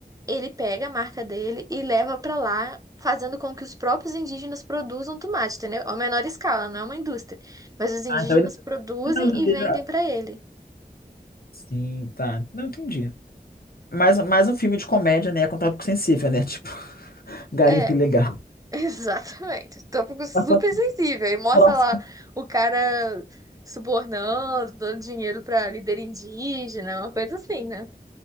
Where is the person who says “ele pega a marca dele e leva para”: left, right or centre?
Right